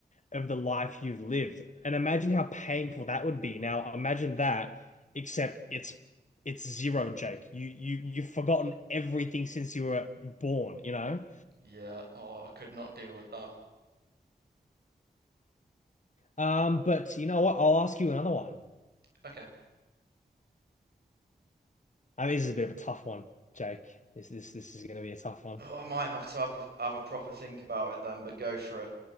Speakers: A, on the left; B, on the right.
A: of the life you've lived. And imagine how painful that would be. Now, imagine that, except it's it's zero, Jake. You you you've forgotten everything since you were born, you know?
B: Yeah. Oh, I could not deal with that.
A: Um, but you know what? I'll ask you another one.
B: Okay.
A: I mean, this is a bit of a tough one, Jake. This this this is going to be a tough one.
B: Oh, I might have to have a, have a proper think about it then. But go for it.